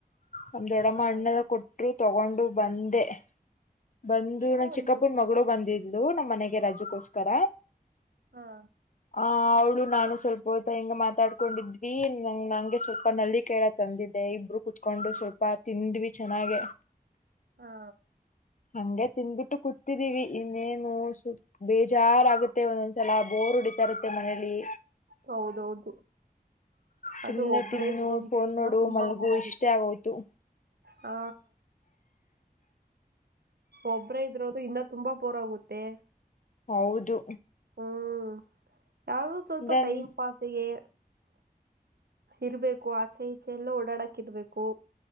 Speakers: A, on the left; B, on the right.
A: ನಮ್ ದೊಡಮ್ಮ
B: ಹಾ
A: ಹಣೆಲ್ಲ ಕೊಟ್ಟ. ತಗೊಂಡು ಬಂದೆ ಬಂದು
B: ಯಾವನ್
A: ನನ್ ಚಿಕ್ಕಪ್ಪರ್
B: ಕೊಟ್ರು
A: ಮಗಳು ಬಂದಿದ. ಇದು ನಮ್ಮ್ ಮನೆಗೆ ರಜೆಗೋಸ್ಕರ.
B: ಹಾ
A: ಆ ಅವಳು ನಾನು ಸ್ವಲ್ಪ ಹೊ ಹಿಂಗ ಮಾತಾಡ್ಕೊಂಡಿದ್ವಿ ನ ನಂಗೆ ಸ್ವಲ್ಪ ನಲ್ಲಿ ಕೈ ತಂದಿದ್ದೆ ಇಬ್ಬರು. ಕುತ್ಕೊಂಡು ಸ್ವಲ್ಪ ತಿಂದ್ವಿ ಚೆನ್ನಾಗ.
B: ಹಾ
A: ಹಂಗೆ ತಿನ್ನ ಬಿಟ್ಟು ಕೂತಿದೀವಿ ಇನ್ನೇನು ಸುತ್ತ. ಬೇಜಾರಾಗುತ್ತೆ ಒಂದೊಂದ್ಸಲ ಬೋರ್ ಹೊಡಿತಾ ಇರುತ್ತೆ ಮನೆಯಲ್ಲಿ.
B: ಹೌದೌದು
A: ಸುಮ್ನೆ
B: ಅದು ಒಬ್ಬರೇ
A: ತಿನ್ನು
B: ಇದ್ರು ಅಂತೂ
A: ಫೋನ್
B: ಇಲ್ಲ
A: ನೋಡು
B: ತುಂಬಾ
A: ಮಲ್ಗು
B: ಗೋರಾಗುತ್ತೆ.
A: ಇಷ್ಟೇ ಆಗೋಯ್ತು
B: ಹಾ ಒಬ್ಬ್ರ ಇದ್ರೋದು ಇಂದ ತುಂಬಾ ಬೋರ್ ಆಗುತ್ತೆ.
A: ಹೌದು
B: ಹ್ಮ್ ಯಾರು ಸ್ವಲ್ಪ
A: ದೆನ್
B: ಟೈಮ್ ಪಾಸ್. ಜಗೆ ಇರ್ಬೇಕು ಆಚೆ ಈಚೆ ಎಲ್ಲ ಓಡಾಡಕ್ ಇರ್ಬೇಕು.